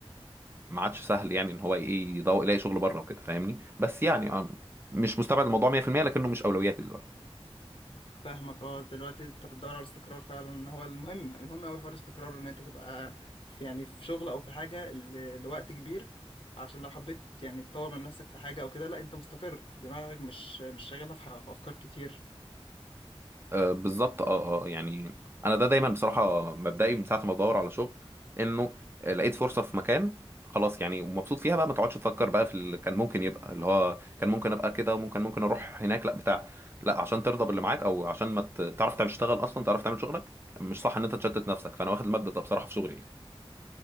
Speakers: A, on the right; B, on the left.
A: ما عادش سهل يعني ان هو ايه يدور يلاقي شغل بره وكده فاهمني بس يعني آه، مش مستبعد الموضوع 100% لكنه مش اولوياتي دلوقتي
B: فاهمك اه دلوقتي انت بتدور على الاستقرار فعلا هو المهم المهم اوي حوار الاستقرار ان انت تبقى في يعني في شغل او في حاجة ل- لوقت كبير عشان لو حبيت يعني تطور من نفسك في حاجة او كده لا انت مستقر دماغك مش مش شاغلها في ح- في افكار كتير
A: آه بالظبط اه اه يعني انا ده دايما بصراحه مبدئي من ساعه ما بدور على شغل انه آه، لقيت فرصه في مكان خلاص يعني ومبسوط فيها بقى ما تقعدش تفكر بقى في اللي كان ممكن يبقى اللي هو كان ممكن ابقى كده وممكن ممكن اروح هناك لا بتاع لا عشان ترضى باللي معاك او عشان ما ت- تعرف تعمل تشتغل اصلا تعرف تعمل شغلك مش صح ان انت تشتت نفسك فانا واخد المبدأ ده بصراحه في شغلي يعني.